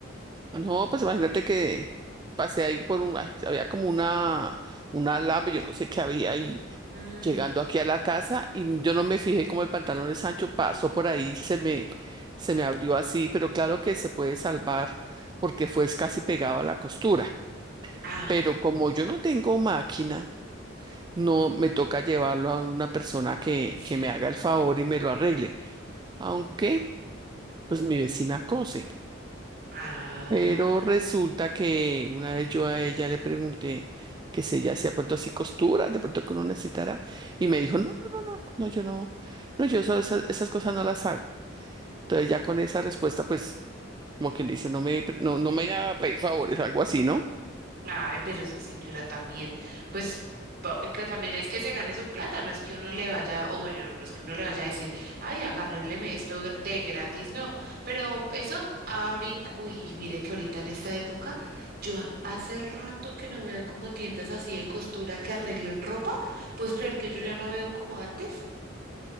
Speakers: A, on the right (about 20°); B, on the right (about 50°).
A: no, pues imagínate que pasé ahí por un, ay, había como una, una lab, yo no sé qué había ahí
B: Mm,
A: llegando aquí a la casa y yo no me fijé como el pantalón de Sancho pasó por ahí, se me, se me abrió así, pero claro que se puede salvar porque fue casi pegado a la costura.
B: ah,
A: Pero como yo no tengo máquina, no me toca llevarlo a una persona que,
B: sí.
A: que me haga el favor y me lo arregle, aunque pues mi vecina cose.
B: Ah.
A: Pero resulta que una vez yo a ella le pregunté que si ella hacía pronto así costuras, de pronto que uno necesitara, y me dijo, no, No, yo no, no, yo eso- esas, esas cosas no las hago. Entonces ya con esa respuesta, pues, como quien dice, no me, no, no me vaya a pedir favores, algo así, ¿no?
B: Ay, pero esa señora también, pues pa- que también es que se gane su plata, no es que uno le vaya, o bueno, no es que uno le vaya a decir, ay, agárreleme esto gr- de gratis, no, pero eso ahorita, uy, y mire que ahorita en esta época, yo a- hace rato que no veo como tiendas así de costura que arreglen ropa, ¿puedes creer que yo ya no veo como antes?